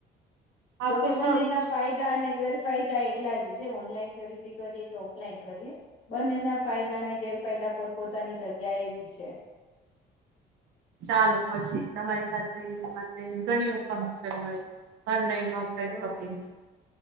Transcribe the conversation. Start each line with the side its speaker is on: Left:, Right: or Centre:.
Right: હા
Left: જોકે
Right: તો સારું
Left: બંનેના
Right: છે.
Left: ફાયદા અને ગેર ફાયદા એટલા જ છે ઓનલાઈન ખરીદી કરીએ કે ઓફલાઈન કરીએ. બને એના ફાયદા ને ગેરફાયદા પોતપોતાની જગ્યા એ જ છે.
Right: ચાલો પછી તમારી સાથે એમાં તે ઘણી ઇન્ફોર્મેશન મળી. ઓનલાઈનમાં તે શોપિંગ
Left: ઓકે